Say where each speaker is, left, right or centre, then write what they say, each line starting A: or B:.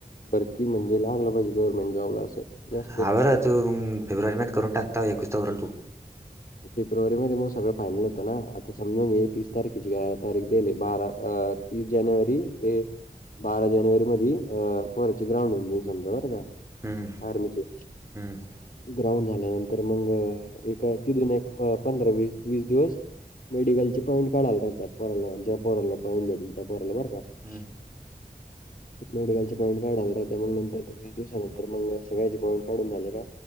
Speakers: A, on the left; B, on the right.
A: भरती म्हणजे लागलं पाहिजे गव्हर्नमेंट जॉबला असं. जास्त
B: हां बरं तू फेब्रुवारीमध्ये करून टाक तवा एकवीस चा ऊंरल तू.
A: फेब्रुवारी मध्ये म सगळं फायनल होतं ना आता समजून घे तीस तारखेची तारीख देयल बारा अ तीस जानेवारी ते बारा जानेवारी मधी अ पोराचे ग्राउंड होऊन जाईल समजा बरं का.
B: हम्म
A: आर्मीचे
B: हम्म
A: ग्राउंड झाल्यानंतर मग एक. तिथून एक अ पंधरा वी वीस दिवस. मेडिकलचे पॉईंट काढायला <unintelligible> त्या पोरांला ज्या पोराला पॉईंट भेटले त्या पोराला बरं का.
B: हूं!
A: <inaudible> मेडिकलचे पॉईंट काढायला राहत्यां मंग नंतर ते वीस दिवसानंतर मंग सगळ्याचे पॉईंट काढून झाले का.